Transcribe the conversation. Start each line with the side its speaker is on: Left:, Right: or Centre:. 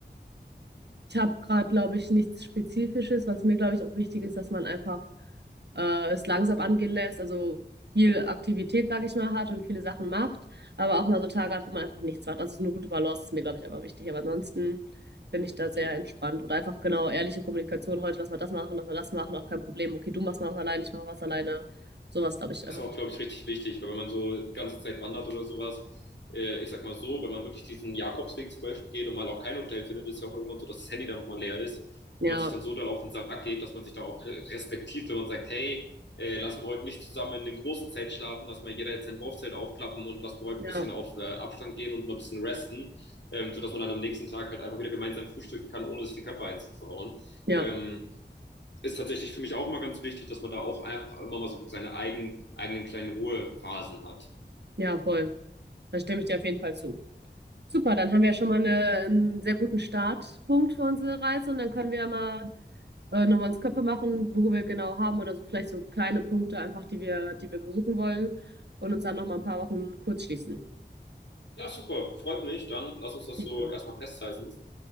Right: Ich habe gerade, glaube ich, nichts Spezifisches, was mir, glaube ich, auch wichtig ist, dass man einfach äh, es langsam angehen lässt, also viel Aktivität, sage ich mal, hat und viele Sachen macht, aber auch mal so Tage hat, wo man einfach nichts macht. Also so eine gute Balance ist mir, glaube ich, einfach wichtig. Aber ansonsten bin ich da
Left: Mhm.
Right: sehr entspannt oder einfach genau ehrliche Kommunikation. Heute lass mal das machen, lass mal das machen, auch kein Problem. Okay, du machst mal was alleine, ich mache was alleine. Sowas, glaube ich,
Left: Das
Right: einfach
Left: ist auch,
Right: wichtig.
Left: glaube ich, richtig wichtig, weil wenn man so die ganze Zeit wandert oder sowas, äh, ich sag mal so, wenn man wirklich diesen Jakobsweg zum Beispiel geht und mal auch kein Hotel findet, ist ja auch irgendwann so, dass das Handy dann nochmal leer ist und
Right: Ja,
Left: man sich dann so dann auf den Sack geht, dass man sich da auch respektiert, wenn man sagt, hey, äh, lassen wir heute nicht zusammen in dem großen Zelt schlafen, lass mal jeder jetzt sein Wurfzelt aufklappen und lassen wir heute
Right: ja,
Left: ein bisschen auf äh, Abstand gehen und mal ein bisschen resten, ähm, sodass man dann am nächsten Tag halt einfach wieder gemeinsam frühstücken kann, ohne sich die Köpfe einzuhauen.
Right: ja,
Left: Ähm, ist tatsächlich für mich auch mal ganz wichtig, dass man da auch einfach immer mal so seine eigenen, eigenen kleinen Ruhephasen hat.
Right: ja, voll. Da stimme ich dir auf jeden Fall zu. Super, dann haben wir ja schon mal eine, einen sehr guten Startpunkt für unsere Reise und dann können wir ja mal äh, nochmal uns Köpfe machen, wo wir genau haben oder so vielleicht so kleine Punkte einfach, die wir, die wir besuchen wollen und uns dann nochmal ein paar Wochen kurz schließen.
Left: Ja, super, freut mich. Dann lass uns das
Right: Sieht
Left: so
Right: So,
Left: erstmal festhalten.